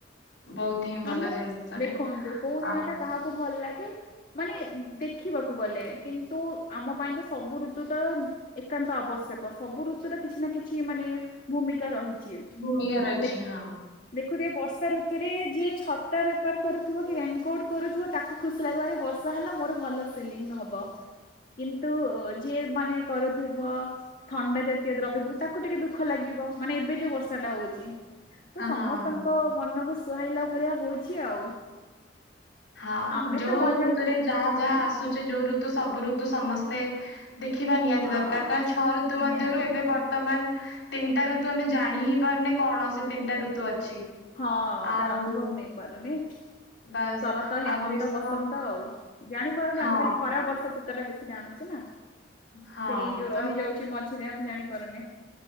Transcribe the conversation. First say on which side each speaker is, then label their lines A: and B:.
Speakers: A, on the left; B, on the left.
A: ବହୁତି ହିଁ ଭଲ
B: ଆମ
A: ଜିନିଷଟେ
B: ଦେଖନ୍ତୁ କୋଉ ଦିନ
A: ଆଉ।
B: ଟା କାହାକୁ ଭଲ ଲାଗେ। ମାନେ ଦେଖିବାକୁ ଗଲେ କିନ୍ତୁ ଆମ ପାଇଁ ତ ସବୁ ଋତୁ ତ ଏକାନ୍ତ ଆବଶ୍ୟକ ସବୁ ଋତୁରେ କିଛି ନା କିଛି ମାନେ ଭୂମିକା ରହିଛି
A: ଭୂମିକା ରହିଛି
B: ଦେ
A: ହଁ।
B: ଦେଖୁଥିବେ ବର୍ଷା ଋତୁରେ ଯିଏ ଛତା ବେପାର କରୁଥିବ କି ରେନକୋଟ କରୁଥିବ ତା ଖୁସି ଲାଗିବ ଆଜି ବର୍ଷା ହେଲା ମୋର ଭଲ ସେଲିଂ ହବ। କିନ୍ତୁ ଯିଏ ମାନେ କରୁଥିବ ଥଣ୍ଡା ଜାତୀୟ ଦ୍ରବ୍ୟ ଯୋଗୁ ତା <unintelligible> ଟିକେ ଦୁଃଖ ଲାଗିବ ମାନେ ଏବେ ଯୋଉ ବର୍ଷା ଟା ହଉଛି ତ
A: ହଁ
B: ସମସ୍ତଙ୍କ
A: ହଁ ହଁ
B: ମନକୁ ସୁହାଇଲା ଭଳିଆ ହଉଛି ଆଉ।
A: ହଁ
B: ଆମେ
A: ଯୋଉ
B: ତ ମଜା
A: ଋତୁରେ ଯାହା
B: ହଁ
A: ଯାହା ଆସୁଛି ଯୋଉ ଋତୁ ସବୁ ଋତୁ ସମସ୍ତେ ଦେଖିବା ନିହାତି
B: ହଁ
A: ଦରକାର କାରଣ ଛଅ ଋତୁ ମଧ୍ୟରୁ
B: ନିହାତି
A: ଏବେ
B: ନିହାତି
A: ବର୍ତ୍ତମାନ ତିନିଟା ଋତୁ ଆମେ ଜାଣି ହିଁ ପାରୁନେ କଣ ସେ ତିନିଟା ଋତୁ ଅଛି
B: ହଁ
A: ଆଉ
B: ତାର <unintelligible>
A: ବାସ୍
B: ଶରତ, ହେମନ୍ତ,
A: ଆଉ ଗ୍ରୀଷ୍ମ
B: ବସନ୍ତ ଆଉ। ଜାଣିପାରୁନେ
A: ହଁ
B: ଆମେ ଖାଲି ଖରା, ବର୍ଷା, ଶୀତ ଟା ବେଶୀ ଜାଣୁଛେ ନା
A: ହଁ
B: ସେଇ ଯୋଉ
A: ତ
B: ରହିଯାଉଛି ମଝି ସେ ଆମେ ଜାଣିପାରୁନେ।